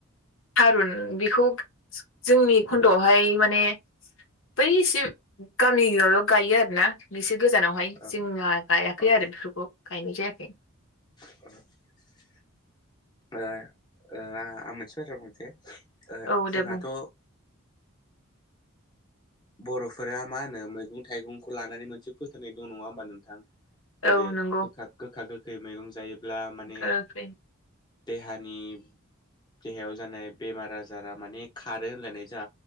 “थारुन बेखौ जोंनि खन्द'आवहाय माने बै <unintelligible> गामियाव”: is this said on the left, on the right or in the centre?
Left